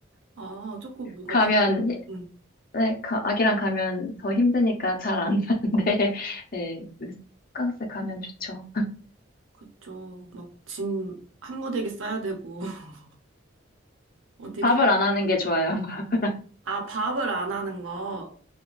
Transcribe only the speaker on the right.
아, 조금 뭔가
바뀌, 응,
그쵸. 막 짐 한 무더기 싸야 되고 <laughs> 어디
가
아, 밥을 안 하는 거.